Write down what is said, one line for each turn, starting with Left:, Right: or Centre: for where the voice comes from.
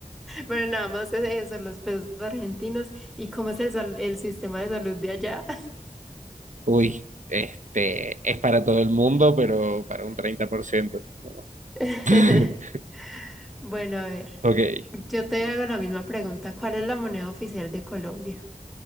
Centre: Pero nada más es eso, los pesos argentinos y cómo es el, sal- el sistema de salud de allá.
Right: Uy, este, es para todo el mundo, pero para un 30%. no.
Centre: <laughs>
Right: <laughs>
Centre: Bueno, a ver,
Right: Ok.
Centre: yo te hago la misma pregunta. ¿Cuál es la moneda oficial de Colombia?